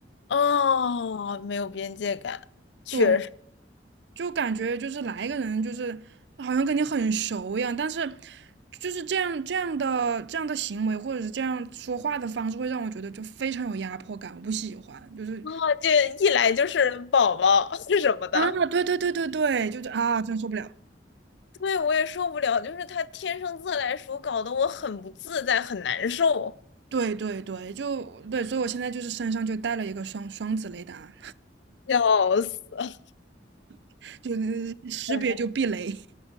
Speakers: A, on the left (about 75°); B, on the right (about 70°).
A: 哦，没有边界感，确实。
B: 对，就感觉就是来一个人就是好像跟你很熟一样，但是就是这样这样的这样的行为或者是这样说话的方式，会让我觉得就非常有压迫感，我不喜欢，就是
A: 哦，这一来就是宝宝 <laughs> 是什么的，
B: 啊，对对对对对，就是啊，真受不了。
A: 对，我也受不了，就是他天生自来熟，搞得我很不自在，很难受，
B: 对对对，就对，所以我现在就是身上就带了一个双双子雷达，
A: 笑死。
B: <laughs> 就是识别就避雷。
A: 哎，